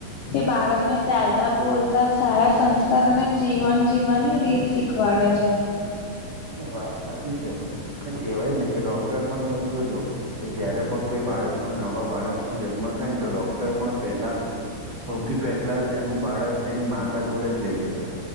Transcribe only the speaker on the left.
તે બાળકને ચાલતા બોલતા સારા સંસ્કાર અને જીવન જીવવાની રીતી સી શીખવાડે છે